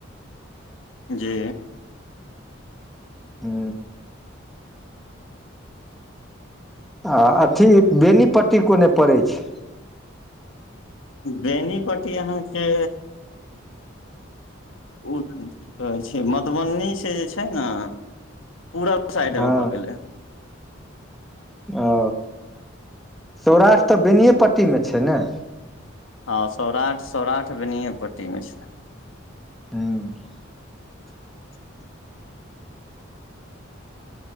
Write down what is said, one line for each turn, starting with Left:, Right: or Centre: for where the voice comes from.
Left: जी
Centre: हू आ अथी बेनीपट्टी कोने पड़ै छै
Left: बेनीपट्टी अहाँके उ की कहै छै मधुबनी से जे छै ने पूरा साइड
Centre: हँ
Left: मे भऽ गेलय
Centre: ओ सौराष्ट्र तऽ बेनिएपट्टीमे छै ने
Left: हँ सौराठ सौराठ बेनिएपट्टी मे छै
Centre: हूँ
Left: <inaudible>